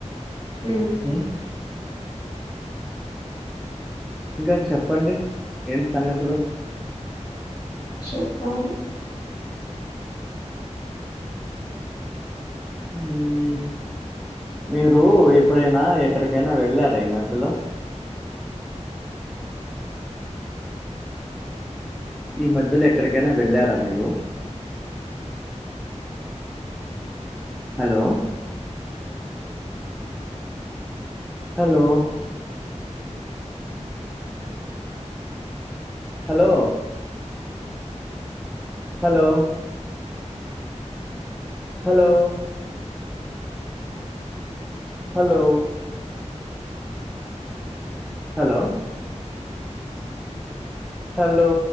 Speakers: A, on the left; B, in the centre.
A: మ్ హు
B: ఉమ్ ఇంకా చెప్పండి ఏం సంగతులు.
A: చెప్పాలి
B: హ్మ్ మీరు ఎప్పుడైనా ఎక్కడికైనా వెళ్ళారా ఈ మధ్యలో? ఈ మధ్యలో ఎక్కడికైనా వెళ్ళారా మీరు? Hello! Hello! Hello! Hello! Hello! Hello! Hello! Hello!